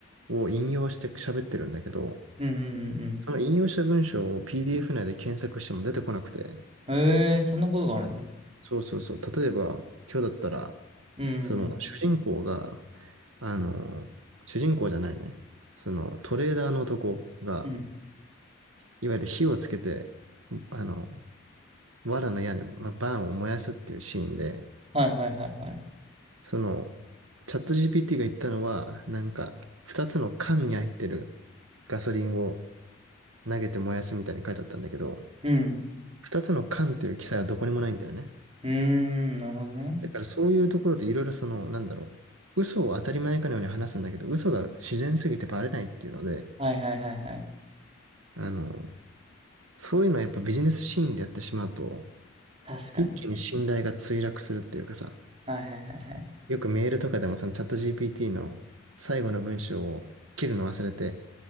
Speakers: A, on the right; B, on the right.
A: を引用して喋ってるんだけど、
B: うんうんうん
A: その引用した文章を PDF 内で検索しても出てこなくて、
B: うん。ええそんなことがあるんだ。
A: そうそうそう、例えば今日だったら、
B: うんうんう
A: その主人公が、あの、主人公じゃないね、そのトレーダーの男が、
B: ん。うん。
A: いわゆる火をつけて、あの、藁の屋根、まあ、バーンを燃やすっていうシーンで、
B: はいはいはいはい。
A: その、チャット GPT が言ったのは、なんか、二つの缶に入ってるガソリンを投げて燃やすみたいに書いてあったんだけど、
B: うん。
A: 二つの缶っていう記載はどこにもないんだよね。
B: うーん、なるほどね。
A: だからそういうところでいろいろその、なんだろう、嘘を当たり前かのように話すんだけど、嘘が自然すぎてバレないっていうので、
B: はいはいはいはい。
A: あの、そういうのをやっぱビジネスシーンでやってしまうと、
B: 確かにね。
A: 一気に信頼が墜落するっていうかさ、
B: はいはいはいはい。
A: よくメールとかでもそのチャット GPT の最後の文章を切るの忘れて、